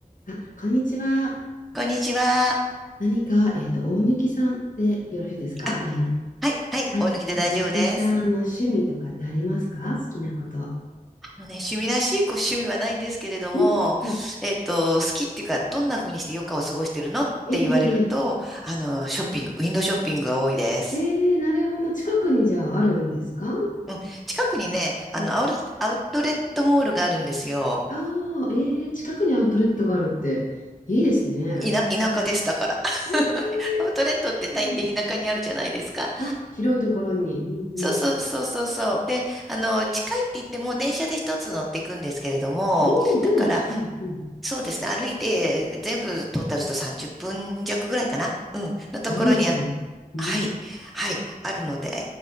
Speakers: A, on the left; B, in the centre.
A: あ、こんにちは。
B: こんにちは。
A: 何か、えっと、大貫さんでよろしいですか名前。
B: あ、はい、はい、
A: はい。
B: お抜きで大丈夫です。
A: 大貫さんの趣味とかってありますか好きなこと。
B: あのね、趣味らしいこう趣味はないんですけれども、
A: うん。うん。
B: えっと、好きっていうか、どんな風にして余暇を過ごしてるのって言われると、
A: ええ
B: あの、ショッピング、ウィンドウショッピングが多いです。
A: ええええなるほど。近くにじゃああるんですか
B: うん、近くにね、あの、
A: うん。
B: アウル、アウトレットモールがあるんですよ。
A: ああ、ええ近くにアウトレットがあるって、いいですね。
B: いな、田舎です、だから。<laughs>
A: ええ
B: アウトレットって大抵田舎にあるじゃないですか。
A: うんうん。あ、広いところに。うんうんうん。
B: そうそうそうそうそう。で、あの、近いって言っても電車で一つ乗っていくんですけれども、
A: おお、でも近い。
B: だから、
A: うん。
B: そうですね。歩いて、全部トータルすると30分弱ぐらいかな。うん。のところにあ、
A: あ、歩いても。うん。
B: はい。はい。あるので、